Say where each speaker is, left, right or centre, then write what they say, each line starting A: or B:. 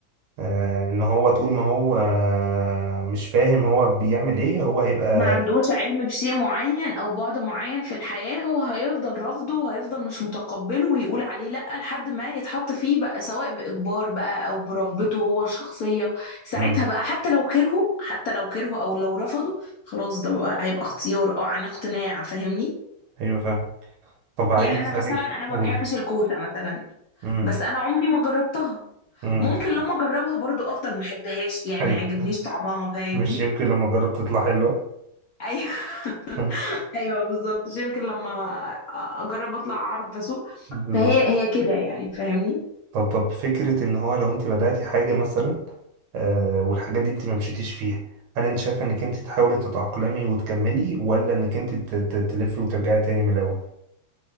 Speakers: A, on the right; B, on the left.
A: آه، إن هو طول ما هو آه، مش فاهم هو بيعمل إيه هو هيبقى
B: ما عندوش علم بشيء معين او بعد معين في الحياة هو هيفضل رافضه وهيفضل مش متقبله ويقول عليه لأ لحد ما يتحط فيه بقى سواء بإجبار بقى او برغبته هو الشخصية ساعتها
A: مم.
B: بقى حتى لو كرهه حتى لو كرهه او لو رفضه خلاص ده بقى هيبقى اختيار او عن اقتناع فاهمني
A: أيوه فاهم طب عايز
B: يعني
A: أسألك
B: انا مثلا انا ما
A: قولي
B: بحبش الكوسة مثلا
A: مم.
B: بس انا عمري ما جربتها
A: مم.
B: ممكن لما اجربها برضو افضل ما احبهاش يعني
A: أيوه
B: ما يعجبنيش طعمها فاهمني
A: مش يمكن لما أجرب تطلع حلوة
B: ايوه <laughs>
A: <laughs>
B: ايوه بالظبط عشان يمكن لما اجرب اطلع اعرف اسوق
A: بالظبط
B: فهي هي كده يعني فاهمني
A: طب طب فكرة إن هو لو أنت بدأتي حاجة مثلا آه والحاجات دي انت ما مشيتيش فيها هل انت شايفه انك انت تحاولي تتأقلمي وتكملي ولا انك انت ت- ت- تلفي وترجعي تاني من الاول